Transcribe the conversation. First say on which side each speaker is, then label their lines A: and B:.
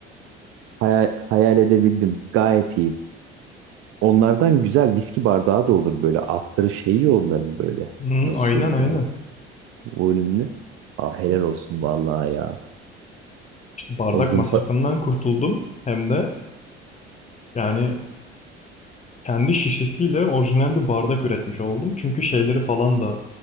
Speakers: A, on the right; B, on the left.
A: hayal, hayal edebildim. Gayet iyi. Onlardan güzel viski bardağı da olur böyle. Altları şeyi onların böyle.
B: Hı,
A: Nasıl
B: aynen
A: söyleyeyim
B: aynen.
A: ben? Volümlü. Aa, helal olsun vallahi ya.
B: İşte bardak
A: O zımpa...
B: masrafından kurtuldum. Hem de yani kendi şişesiyle orijinal bir bardak üretmiş oldum. Çünkü şeyleri falan da